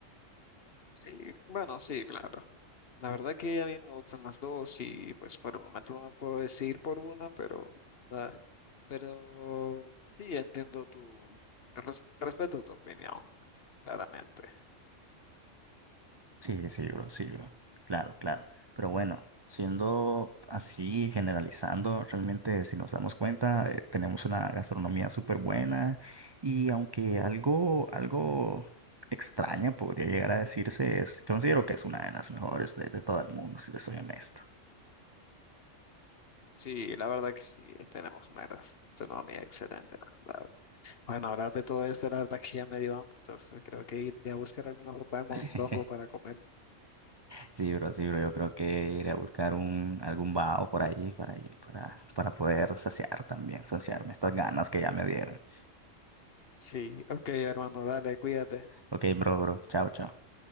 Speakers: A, on the left; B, on the right.
A: Sí, bueno, sí, claro. La verdad que a mí me gustan las dos y pues por el momento no me puedo decidir por una, pero, ah, pero sí, entiendo tu, res- respeto tu opinión, claramente.
B: Sí, sí, bro, sí, bro. Claro, claro. Pero bueno, siendo así, generalizando, realmente si nos damos cuenta, eh, tenemos una gastronomía súper buena y aunque algo, algo extraña podría llegar a decirse, es, considero que es una de las mejores de, de todo el mundo, si te soy honesto.
A: Sí, la verdad que sí, tenemos meras, tenemos excelente, la verdad. Bueno, hablar de todo esto, la verdad que ya me dio hambre, entonces creo que iré a buscar alguna ropa de mondongo
B: <laughs>
A: para comer.
B: Sí, bro, sí, bro, yo creo que iré a buscar un, algún vaho por ahí para, ir- para, para poder saciar también, saciarme estas ganas que ya me dieron.
A: Sí, ok, hermano, dale, cuídate.
B: Ok, bro, bro, chao, chao.